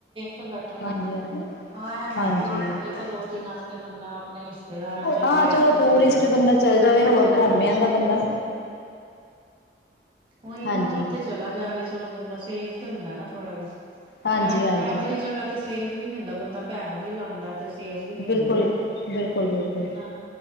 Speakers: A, on the right; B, on the left.
A: ਥ ਬੈਠਾ
B: ਹਾਂਜੀ-ਹਾਂਜੀ,
A: ਨਾ, ਹਾਂ ਇਹ
B: ਹਾਂਜੀ
A: ਹੈ ਵੀ
B: ਹਾਂਜੀ
A: ਇੱਕ ਦੋ ਦਿਨ ਵਾਸਤੇ ਬੰਦਾ ਆਪਣੇ ਰਿਸ਼ਤੇਦਾਰਾਂ ਚ
B: ਹਾਂ
A: ਗੈਸਟ
B: ਚਲੋ ਟੂਰਿਸਟ
A: ਚ ਚੱਲ ਜੇ।
B: ਬੰਦਾ ਚੱਲ ਜਾਵੇ ਹੋਰ
A: ਹਾਂ-ਹਾਂ-ਹਾਂ,
B: ਘੁੰਮ ਆਂਦਾ ਬੰਦਾ
A: ਉਹੀ
B: ਹਾਂਜੀ।
A: ਨਾ ਉੱਥੇ ਚਲਾ ਜਾਵੇ ਚਲੋ ਬੰਦਾ ਸੇਫ ਤੇ ਹੁੰਦਾ। ਨਾ ਥੋੜਾ ਜਿਹਾ। ਐ
B: ਹਾਂਜੀ-ਹਾਂਜੀ
A: ਇਹੋ ਜਿਹੀ ਜਗ੍ਹਾ ਤੇ ਸੇਫ ਵੀ ਨੀ ਹੁੰਦਾ ਬੰਦਾ ਪੈਹਾ ਵੀ ਲਾਂਦਾ। ਤੇ ਸੇਫ ਵੀ ਨਹੀ
B: ਬਿਲਕੁਲ,
A: ਹੁੰਦੀ,
B: ਬਿਲਕੁਲ-ਬਿਲਕੁਲ
A: ਹਾਂ